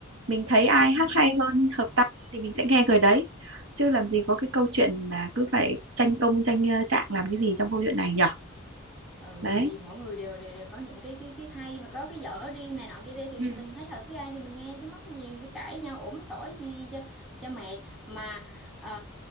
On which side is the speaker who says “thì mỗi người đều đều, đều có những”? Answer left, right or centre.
Centre